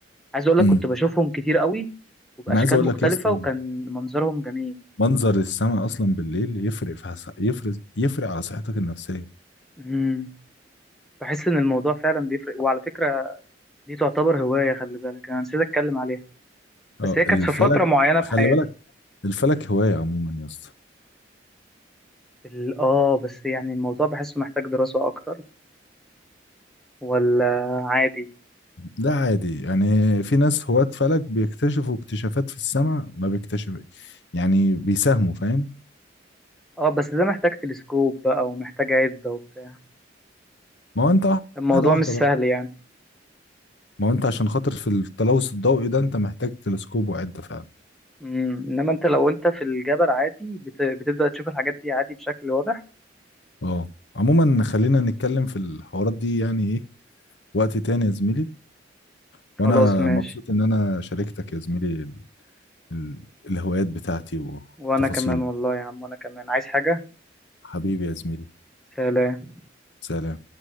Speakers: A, in the centre; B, on the left (about 70°).
A: عايز اقول لك
B: امم
A: كنت بشوفهم كتير قوي وبأشكال
B: انا عايز اقول
A: مختلفة
B: لك يا اسطى
A: وكان منظرهم جميل
B: منظر السماء اصلا بالليل يفرق في حس... يفرق يفرق على صحتك النفسيه
A: امم بحس ان الموضوع فعلا بيفرق وعلى فكرة دي تعتبر هواية خلي بالك انا نسيت اتكلم عليها
B: اه
A: بس هي كانت
B: الفلك
A: في فترة معينة في
B: خلي
A: حياتي
B: بالك الفلك هوايه عموما يا اسطى
A: ال- اه بس يعني الموضوع بحسه محتاج دراسة اكتر ولا عادي
B: ده عادي يعني في ناس هواة فلك بيكتشفوا اكتشافات في السماء ما بيكتشف يعني بيساهموا فاهم
A: اه بس ده محتاج تلسكوب بقى ومحتاج عدة وبتاع
B: ما هو انت واحده
A: الموضوع
B: واحده
A: مش سهل
B: بقى
A: يعني
B: ما هو انت عشان خاطر في التلوث الضوئي ده انت محتاج تلسكوب وعده فعلا
A: امم انما انت لو انت في الجبل عادي بت... بتبدأ تشوف الحاجات دي عادي بشكل واضح
B: اه عموما خلينا نتكلم في الحوارات دي يعني ايه وقت تاني يا زميلي وانا
A: خلاص ماشي
B: مبسوط ان انا شاركتك يا زميلي ال- ال- الهوايات بتاعتي والتفاصيل
A: وانا كمان والله يا عم وانا كمان عايز حاجة
B: حبيبي يا زميلي
A: سلام
B: سلام